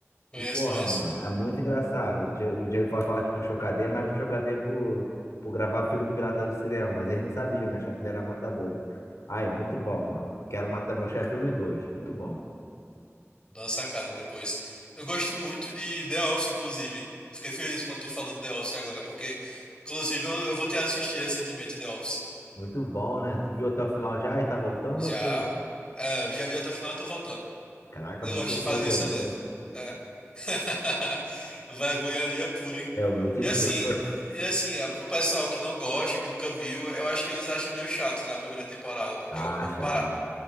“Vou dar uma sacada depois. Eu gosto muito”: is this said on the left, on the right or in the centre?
Left